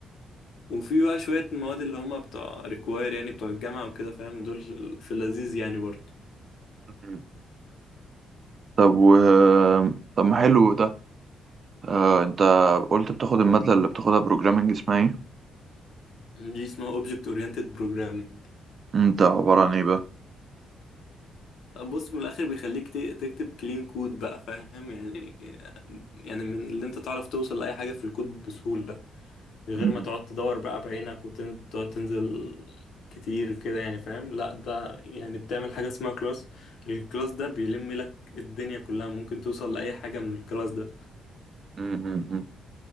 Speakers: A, on the left; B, on the right.
A: وفي بقى شوية مواد اللي هما بتوع ريكواير يعني بتوع الجامعة وكده فاهم دول في اللذيذ يعني برضه
B: مم. طب و... طب ما حلو ده آه انت قلت بتاخد المادة اللي بتاخدها بروجرامنج اسمها ايه
A: دي اسمها اوبجكت اورينتد بروجرامنج
B: انت عبارة عن ايه بقى
A: بص من الاخر بيخليك ت- تكتب كلين كود بقى فاهم يعني يعني من اللي انت تعرف توصل لاي حاجه في الكود بسهوله من
B: مم.
A: غير ما تقعد تدور بقى بعينك وتقعد تنزل كتير كده يعني فاهم لا ده يعني بتعمل حاجة اسمها كلاس الكلاس ده بيلم لك الدنيا كلها ممكن توصل لأي حاجة من الكلاس ده
B: مم. مم. مم.